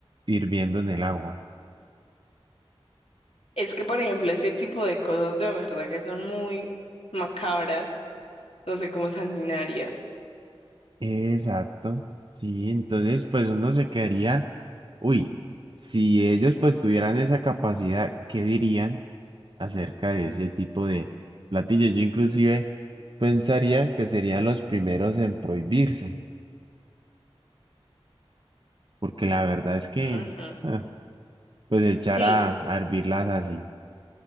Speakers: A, on the right; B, on the left.
A: hirviendo en el agua.
B: Es que, por ejemplo, ese tipo de cosas de verdad que son muy macabras, no sé, como sanguinarias.
A: Exacto. Sí, entonces pues uno se quedaría, uy, si ellos pues tuvieran esa capacidad, ¿qué dirían acerca de ese tipo de platillos? Yo inclusive pensaría que serían los primeros en prohibirse, porque la verdad es que
B: Ujú.
A: ah, pues echar
B: Sí,
A: a, a hervirlas así,